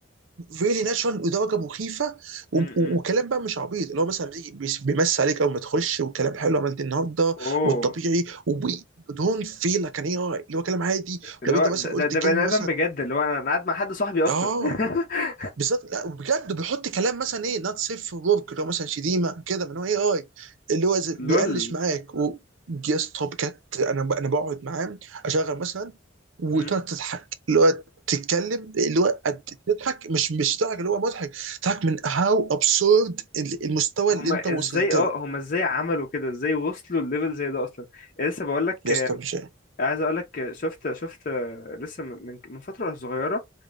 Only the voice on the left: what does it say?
امم
اوه
اللي
هو
ده ده
ده
بني ادم
بجد اللي هو انا أنا قاعد مع حد صاحبي اصلا
<laughs>
لول
مم.
هما
ازاي اه
هما ازاي عملوا كده ازاي وصلوا الليفل زي ده اصلا لسه بقول لك
عايز اقول لك شفت شفت آه، لسه من من من فتره صغيره